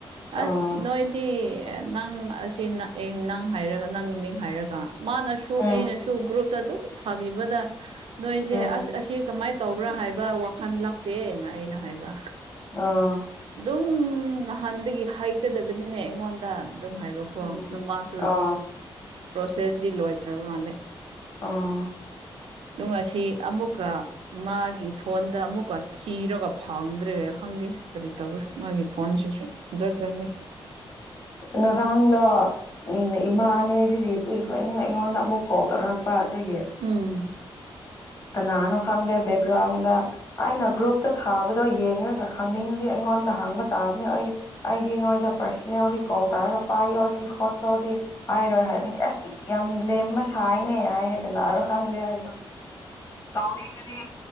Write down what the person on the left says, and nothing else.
ꯑꯥ
ꯎꯝ
ꯎꯝ
ꯑꯣ <unintelligible>
ꯎꯝ
ꯑꯥ
ꯑꯣ <unintelligible>
ꯉꯔꯥꯡꯂꯣ꯫ ꯎꯝ ꯏꯃꯥꯅꯦ <unintelligible> ꯑꯩꯉꯣꯟꯗ ꯑꯃꯨꯛ ꯀꯧꯊꯔꯛꯄ ꯑꯗꯨꯒꯤ꯫
ꯀꯅꯥꯅꯣ ꯈꯪꯗꯦ ꯕꯦꯛꯒ꯭ꯔꯥꯎꯟꯗ ꯑꯩꯅ ꯒ꯭ꯔꯨꯞꯇ ꯊꯥꯕꯗꯣ ꯌꯦꯡꯉꯒ ꯈꯪꯅꯤꯡꯉꯗꯤ ꯑꯩꯉꯣꯟꯗ ꯍꯥꯡꯕ ꯇꯥꯕꯅꯤ ꯑꯩ ꯑꯩꯗꯤ ꯅꯣꯏꯗ ꯄꯔꯁꯅꯦꯜꯗꯤ ꯀꯣꯜ ꯇꯔꯒ ꯄꯥꯏꯌꯨ <unintelligible> ꯂꯣꯗꯤ ꯄꯥꯏꯔꯣꯏ ꯍꯥꯏꯕ ꯑꯁ ꯌꯥꯝ ꯂꯦꯝꯃ ꯁꯥꯏꯅꯦ ꯍꯥꯏꯌꯦ ꯀꯅꯥꯔꯣ ꯈꯪꯗꯦ ꯑꯩꯗꯣ ꯇꯧꯅꯤꯡꯉꯗꯤ